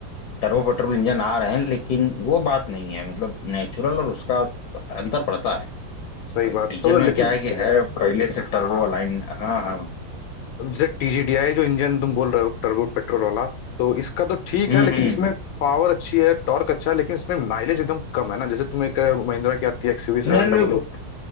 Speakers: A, on the left (about 65°); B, on the left (about 80°).
A: टर्बो पेट्रोल इंजन आ रहे हैं लेकिन वो बात नहीं है मतलब नेचुरल और उसका अंतर पड़ता है
B: सही
A: भाई
B: बात
A: डीजल
B: तो बिल्कुल
A: में
B: लेकिन
A: क्या है कि है पहले से
B: हाँ
A: टर्बो अलाइन हाँ हाँ
B: अब जैसे टीजीडीआई जो इंजन तुम बोल रहे हो टर्बो पेट्रोल वाला तो इसका तो ठीक
A: हम्म
B: है लेकिन
A: हम्म
B: इसमें पावर अच्छी है टॉर्क अच्छा है लेकिन इसमें माइलेज एकदम कम है ना जैसे तुम एक अ, महिंद्रा की आती है एक्सयूवी
A: नहीं
B: सेवन
A: नहीं
B: डबल